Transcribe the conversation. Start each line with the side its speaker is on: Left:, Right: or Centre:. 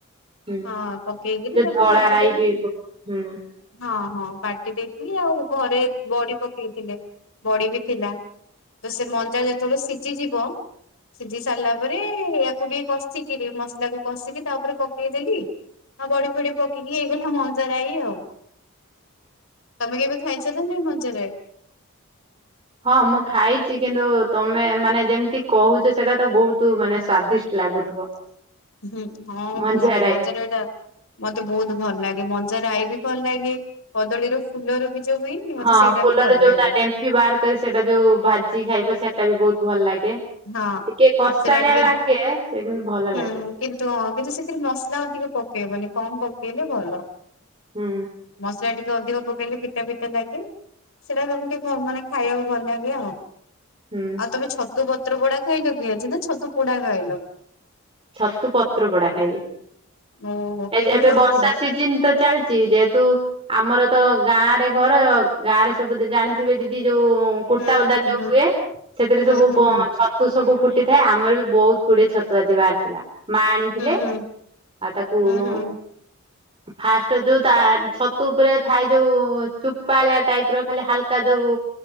Right: ହୁଁ
Left: ହଁ ପକେଇକିରି
Right: ଯୋଉ
Left: ତାକୁ
Right: ଧଳା
Left: ବାଟିଦେଲି
Right: ରାଇ ବି ପକେ ହୁଁ
Left: ହଁ‌। ହଁ ବାଟି ଦେଇଥିଲି ଆଉ ଘରେ ବଡି ପକେଇଥିଲେ ବଡି ବି ଥିଲା ତ ସେ ମଞ୍ଜା ଯେତେବେଳେ ସିଝିଯିବ ସିଝି ସାରିଲା ପରେ ୟାକୁ ଟିକେ କଷିକିରି ମସଲାକୁ କଷିକି ତା ଉପରେ ପକେଇଦେଲି ଆ ବଡି ଫଡି ପକେଇକି ହେଇଗଲା ମଞ୍ଜାରାଇ ଆଉ ତମେ କେବେ ଖାାଇଚ ନା ନାଇଁ ମଞା ରାଇ?
Right: ହଁ ମୁଁ ଖାଇଛି କିନ୍ତୁ ତମେ ମାନେ ଯେମିତି କହୁଛ ସେଟା ତ ବହୁତ ମାନେ ସ୍ଵାଦିଷ୍ଟ ଲାଗୁଥିବ।
Left: ହ ହଁ
Right: ମଞ୍ଜା
Left: କୁହନି
Right: ରାଇ।
Left: ମଞାରାଇଟା ମତେ ବହୁତ ଭଲ ଲାଗେ ମ ଞା ରାଇ ବି ଭଲ ଲାଗେ କଦଳୀର ଫୁଲରୁ ବି ଯୋଉ ହୁଏନି ମତେ
Right: ହଁ
Left: ସେଇଟା
Right: ଫୁଲର
Left: ବି ଭଲ
Right: ଯୋଉ
Left: ଲାଗେ
Right: ତା ଡେମ୍ଫି ବାହାର କରି ସେଟା ଯୋଉ ଭାଜି ଖାଇବ ସେଇଟା। ବି ବହୁତ ଭଲ ଲାଗେ।
Left: ହଁ
Right: ଟିକେ କଷାଳିଆ
Left: ସେଟା ଟିକେ
Right: ଲାଗେ ସେ କିନ୍ତୁ ଭଲ
Left: ହୁଁ
Right: ଲାଗେ
Left: କିନ୍ତୁ କିଛି ସେଥିରେ ମସଲା ଅଧିକ ପକେଇବନି। କମ୍ ପକେଇଲେ ଭଲ।
Right: ହୁଁ
Left: ମଶଲା ଟିକେ ଅଧିକ ପକେଇଲେ ପିତା ପିତା ଲାଗେ ସେଇଟା ଏମତି ମାନେ ଖାଇବାକୁ ଭଲ ଲାଗେ ଆଉ।
Right: ହୁଁ
Left: ଆଉ ତମେ ଛତୁ ତୁ ପତ୍ର ପୋଡା ଖାଇଲ କି ଅଜି ନା ଛତୁ ପୋଡା ଖାଇଲ?
Right: ଛତୁ ପତ୍ର ଗଢା ଖାଇଲି।
Left: ଓହୋ
Right: ଏ
Left: କେମିତି
Right: ଏବେ
Left: କରିଥିଲ?
Right: ବର୍ଷା ସିଜିନ ତ ଚାଲିଛି ଯେହେତୁ ଆମର ତ ଗାଁରେ ଘର ଗାଁରେ ସବୁ ଜାଣିଥିବେ ଦିଦି। ଯୋଉ କୁଟା
Left: ହୁଁ
Right: ବଦାରି
Left: ହୁଁ
Right: ଯୋଉ
Left: ହୁଁ
Right: ହୁଏ ସେଥିରେ ସବୁ
Left: ହୁଁ ହୁଁ ହୁଁ
Right: ଛତୁ ସବୁ ଫୁଟି ଥାଏ ଆମର ବି ବହୁତ ଗୁଡ଼ିଏ ଛତୁ ଆଜି ବାହାରି ଥିଲା। ଥିଲା। ମା ଆଣିଥିଲେ
Left: ହୁଁ ହୁଁ।
Right: ଆଉ ତାକୁ
Left: ହୁଁ
Right: ମୁଁ
Left: ହୁଁ
Right: ଫାଷ୍ଟ ଯୋଉ ତା ଛତୁ ଉପରେ ଥାଏ ଯୋଉ ଚୁପାଳିଆ ଟାଇପ ର ଖାଲି ହାଲକା ଯୋଉ